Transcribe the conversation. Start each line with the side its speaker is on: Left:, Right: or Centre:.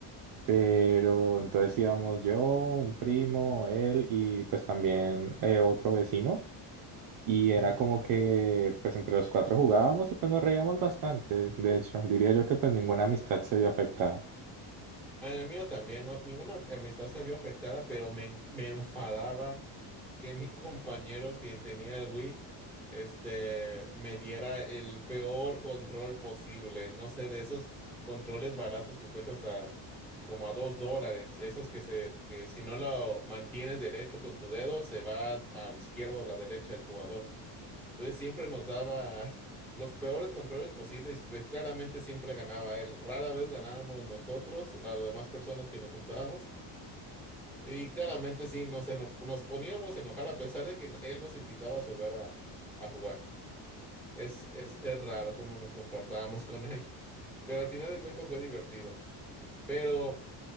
Right: Pero entonces íbamos yo, un primo, él y pues también eh, otro vecino. Y era
Centre: Ujú.
Right: como que, pues entre los cuatro jugábamos y pues nos reíamos bastante. De hecho, diría yo que pues ninguna amistad se vio afectada.
Centre: A mí mío también, no- ninguna amistad se vio afectada, pero me, en- me enfadaba que mi compañero que tenía el Wii, este, me diera el peor control posible. No sé, de esos controles baratos que encuentras a como a dos dólares. Esos que se, que si no lo mantienes derecho con tu dedo, se va a la izquierda o la derecha del jugador. Entonces siempre nos daba <laughs> los peores controles posibles. Pues claramente siempre ganaba él. Rara vez ganábamos nosotros, a las demás personas que nos juntábamos. Y claramente sí, nos, eno- nos poníamos a enojar a pesar de que no- él nos invitaba a su hogar a, a jugar. Es, es, es raro cómo nos comportábamos con él, pero al final de cuentas fue divertido. Pero